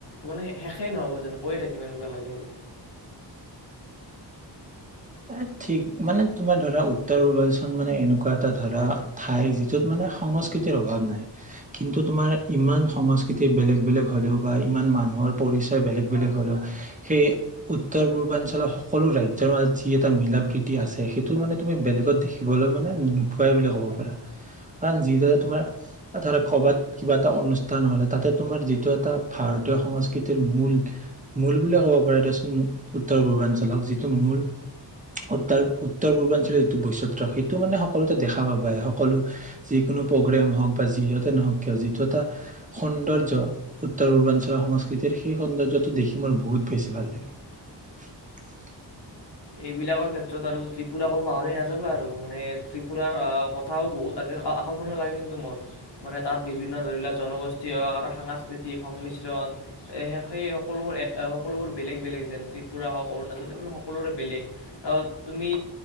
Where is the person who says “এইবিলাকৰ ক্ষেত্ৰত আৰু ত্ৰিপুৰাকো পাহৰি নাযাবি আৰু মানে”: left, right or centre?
Left